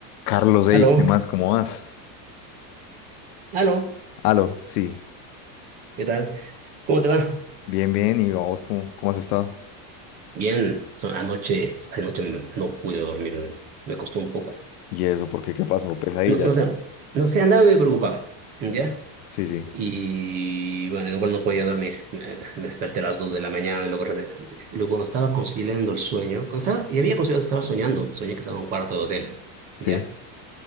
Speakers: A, on the left; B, on the right.
A: Carlos, hey,
B: Aló,
A: ¿qué más? ¿Cómo vas?
B: aló,
A: Aló, sí,
B: ¿qué tal? ¿Cómo te va?
A: bien, bien, y vos, ¿cómo, cómo has estado?
B: Bien, so- anoche, anoche me- no pude dormir, me costó un poco.
A: ¿Y eso? ¿Por qué? ¿Qué pasó? ¿Pesadillas?
B: No, no sé, no sé, andaba medio preocupado, ¿ya?
A: Sí, sí,
B: Y bueno, igual no podía dormir, me, me desperté a las 2 de la mañana, y luego, re- y luego cuando estaba conciliando el sueño, cuando estaba, y había conciliado, estaba soñando, soñé que estaba en un cuarto de hotel,
A: sí,
B: ¿ya?